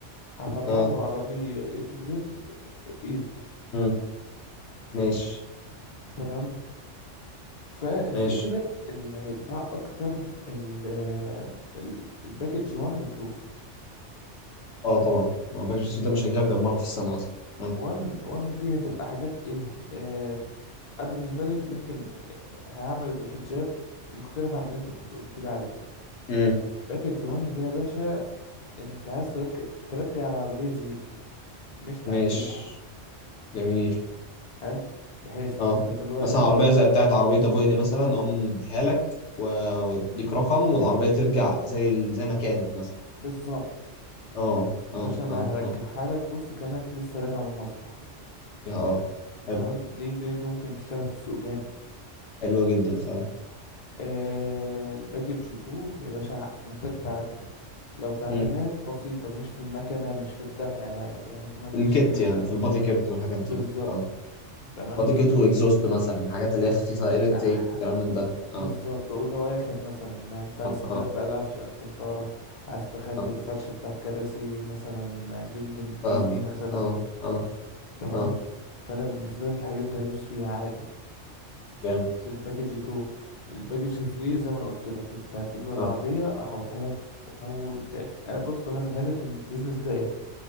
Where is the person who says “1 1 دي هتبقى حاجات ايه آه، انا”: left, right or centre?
Left